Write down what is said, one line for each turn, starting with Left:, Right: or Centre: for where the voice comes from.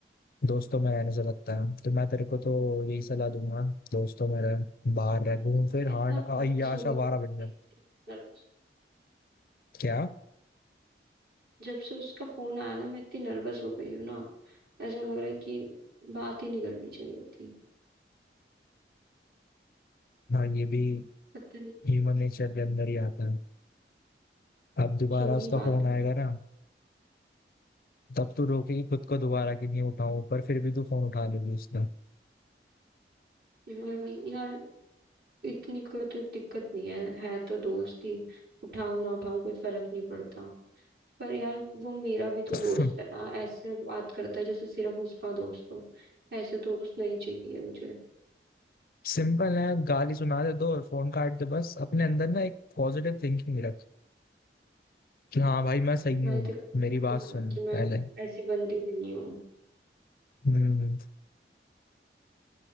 Left: दोस्तों में रहने से लगता है तो मैं तेरे को तो यही सलाह दूंगा दोस्तों में रह बाहर रह
Right: मैं
Left: घूम फिर
Right: मैं इतना
Left: हार
Right: नर्वस हो
Left: आशावारा
Right: गई
Left: बन जा
Right: इतनी नर्वस
Left: क्या
Right: जब से उसका फोन आया ना मैं इतनी नर्वस हो गई हूँ ना ऐसा लग रहा है कि बात ही नहीं करनी चाहिए थी
Left: हाँ ये भी
Right: पता नहीं
Left: ह्यूमन नेचर के अंदर ही आता है अब दोबारा
Right: क्यों ही
Left: उसका
Right: बात
Left: फोन
Right: की।
Left: आएगा ना तब तू रोकेगी खुद को दोबारा कि नहीं उठाऊं पर फिर भी तू फोन उठा लेगी उसका
Right: हम्म मैं- यार इतनी कोई तो दिक्कत नहीं है है तो दोस्त ही उठाऊं ना उठाऊं कोई फर्क नहीं पड़ता पर यार वो मेरा भी तो दोस्त
Left: <laughs>
Right: है ना ऐसे बात करता है जैसे सिर्फ उसका दोस्त हो ऐसे दोस्त नहीं चाहिए मुझे
Left: सिंपल है गाली सुना दे दो और फोन काट दे बस अपने अंदर ना एक पॉजिटिव थिंकिंग रख कि हाँ भाई मैं सही
Right: भाई
Left: हूँ
Right: देखो पता
Left: मेरी बात
Right: तो
Left: सुन
Right: है ना कि मैं
Left: पहले
Right: ऐसी बंदी नहीं हूँ
Left: हम्म